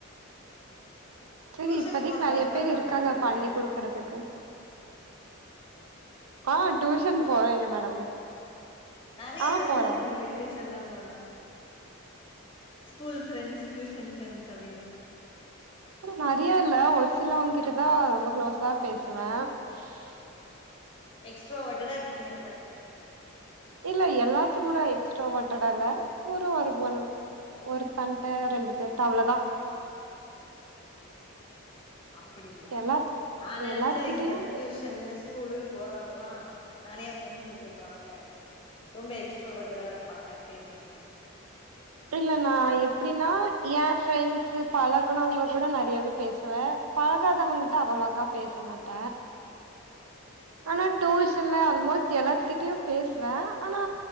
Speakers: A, on the right; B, on the left.
A: செரி
B: டியூஷன்
A: இப்பதைக்கு
B: போற
A: நெறைய
B: பழக்கோ
A: பேர்
B: இருக்கா
A: இருக்காங்க
B: மேடம் உங்களுக்கு
A: பண்ணி குடுக்குறதுக்கு அ டியூஷன் போறேங்க மேடம்
B: நெறைய
A: ஆ
B: ஃப்ரெண்ட்ஸ்
A: போறே
B: இருப்பாங்களே டியூசன்ல்லா போனா ஸ்கூல் ஃப்ரெண்ட்ஸ் டியூசன் ஃப்ரெண்ட்ஸ் அப்டின்னு
A: நெறைய இல்ல ஒரு சிலவங்கிட்டதா ரொம்ப குளோஸா பேசுவ <unintelligible>
B: எக்ஸ்ட்ராவோட்டடா இருப்பீங்க அப்ப
A: இல்ல எல்லாத்து கூட எக்ஸ்ட்ராவோட்டடா இல்ல ஒரு ஒன் ஒருதன்ட ரெண்டு பேர்ட்ட அவ்ளோதா
B: அப்பிடிங்களா
A: எல்லாத்
B: நா நெனைச்சே
A: எல்லாத்கிட்டயு
B: இந்த டியூஷன்ன ஸ்கூலுன்னு போறாவங்கள்ளா நெறைய ஃப்ரரெண்ட்ஸ் வெச்சிருப்பாங்க ரொம்ப எக் ட்ரோவோட்டா இருப்பாங்க அப்டின்னு நெனைச்சே
A: இல்ல நா எப்டின்னா ஏ ஃப்ரண்ட்சு பழக்கணும்வங்க கூட நெறையாவே பேசுவ பழகாதவங்கிட்ட அவ்ளோக்கா பேச மாட்ட ஆனா டியூஷன்ல ஆல்மோஸ்ட் எல்லாத்துக்கிட்டயு பேசுவ ஆனா